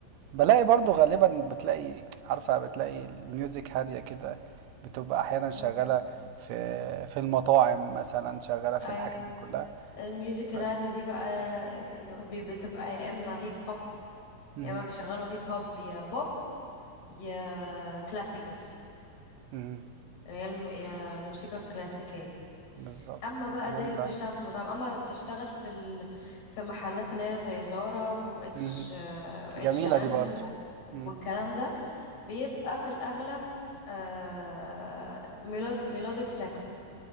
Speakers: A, on the right; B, on the left.
A: بلاقي برضو غالبا بتلاقي عارفة بتلاقي الميوزك هادية كده بتبقى أحيانا شغالة
B: مم.
A: في في المطاعم مثلا شغالة في
B: أيوة
A: الحاجات دي كلها
B: الميوزك
A: ف...
B: الهادية دي بقى آه، إنه بي- بتبقى يا إما هيب هوب
A: مهم.
B: يا ما بيشغلوا هيب هوب يا بوب يا كلاسيكال
A: مهم.
B: يعني هي الم- يا الموسيقى الكلاسيكية
A: بالظبط
B: اما
A: بتبقى
B: بقى دي
A: جميلة
B: اللي بتشتغل في المطاعم اما اللي بتشتغل في ال... في محلات اللي هي زي زارا واتش
A: مهم.
B: اتش
A: جميلة
B: ان ام
A: دي برضو
B: و... H&M و-
A: مم.
B: والكلام ده بيبقى في الاغلب آه... ميلود... ميلوديك تكنو